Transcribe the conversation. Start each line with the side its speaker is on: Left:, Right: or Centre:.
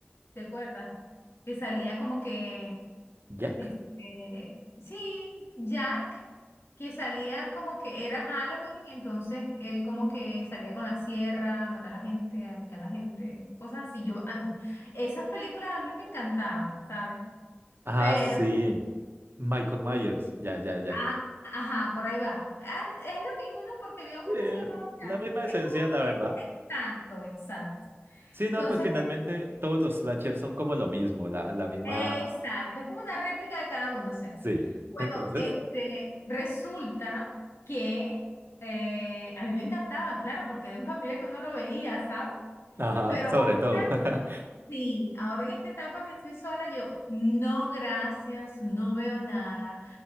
Left: ¿te acuerdas? Que salía como que
Right: Jack.
Left: Este, sí, Jack, que salía como que era Halloween, entonces él como que salía con la sierra a matar a la gente, a picar a la gente, cosas así. Yo, a mí- esas películas a mí me encantaban, ¿sabes?
Right: Ah,
Left: Pero,
Right: sí. Michael Myers. Ya, ya, ya.
Left: ah, ajá, por ahí va. Ah, es lo mismo, ¿no? Porque había uno
Right: Eh,
Left: que se llamaba
Right: la
Left: Jack.
Right: misma esencia,
Left: Es como
Right: la
Left: que,
Right: verdad.
Left: exacto, exacto.
Right: Sí,
Left: Entonces,
Right: no, pues finalmente todos los slashers son como lo mismo, la, la misma.
Left: Exacto, es como una réplica de cada uno, o sea.
Right: Sí.
Left: Bueno,
Right: Entonces.
Left: este, resulta que eh, a mí me encantaban, claro, porque era en familia que uno lo veía, ¿sabes?
Right: Ajá,
Left: Pero
Right: sobre
Left: ahora
Right: todo. <laughs>
Left: sí, ahora en esta etapa que estoy sola, yo no, gracias, no veo nada.